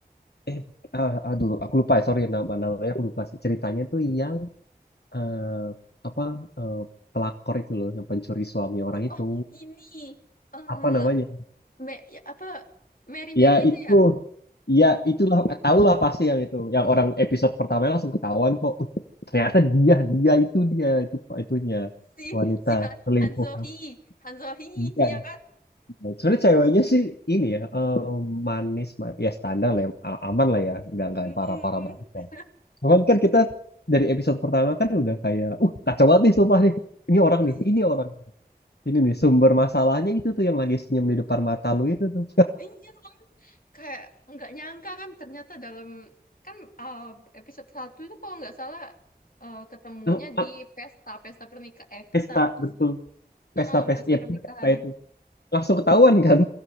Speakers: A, on the left (about 80°); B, on the left (about 60°).
A: eh ah, aduh aku lupa ya sorry nama namanya aku lupa sih ceritanya tuh yang eh, apa eh, pelakor itu loh yang pencuri suami orang itu
B: Oh, ini. Eh,
A: apa namanya
B: me, ya, apa? Mary Mary
A: Ya
B: itu
A: itu,
B: ya?
A: ya itulah tahulah pasti yang itu, yang orang episode pertama langsung ketahuan kok. Uh, ternyata dia, dia itu dia itu pak itunya
B: Si,
A: wanita
B: si Han,
A: selingkuh.
B: Han Sohee.
A: Nah,
B: Han Sohee,
A: Iya.
B: ya kan?
A: Sebenarnya ceweknya sih ini ya eh, manis, ma- ya standar lah, ya, a- aman lah ya, nggak nggak
B: Mm,
A: yang parah-parah
B: mm,
A: banget kan. Cuman kan kita dari episode pertama kan udah kayak, uh kacau banget nih sumpah nih. Ini orang
B: mm.
A: nih, ini orang, ini nih sumber masalahnya itu tuh yang lagi senyum di depan mata lu itu tuh.
B: Iya kan? Kayak nggak nyangka kan ternyata dalam... Kan eh, episode satu itu kalau nggak salah eh, ketemunya
A: <laughs>
B: di pesta. Pesta pernikahan. Eh, pesta...
A: Pesta,
B: pesta
A: betul. pesta
B: Heeh,
A: pesta
B: pesta
A: ya
B: pernikahan.
A: pesta itu langsung ketahuan kan